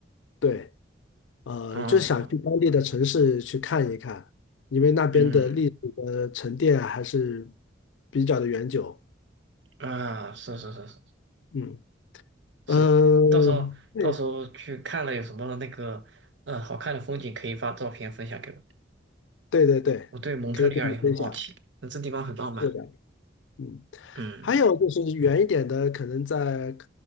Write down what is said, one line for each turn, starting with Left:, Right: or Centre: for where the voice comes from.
Left: 对。呃，
Right: 哦，
Left: 就是想去当地的城市去看一看，因为那边的历史的沉淀啊还是
Right: 嗯
Left: 比较的悠久。
Right: 啊，是是是是
Left: 嗯，
Right: 是，
Left: 呃，
Right: 你到时候到时候去看了有什么那个呃好看的风景，
Left: 对
Right: 可以发照片分享给我。
Left: 对对对，
Right: 我对蒙特利尔也很好奇，
Left: 可以跟你分享，
Right: 那这地方很浪漫。
Left: 是的，嗯，
Right: 嗯，
Left: 还有就是远一点的，可能在